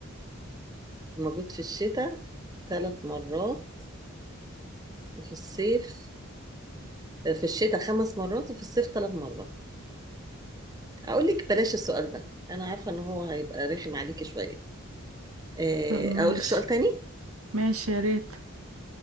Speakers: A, on the right; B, on the right.
A: موجود في الشتاء ثلاث مرات وفي الصيف آه، في الشتاء خمس مرات وفي الصيف ثلاث مرات أقول لك بلاش السؤال ده أنا عارفة إن هو هيبقى رخم عليكي شوية آه،
B: طب ماشي
A: أقول لك سؤال تاني
B: ماشي يا ريت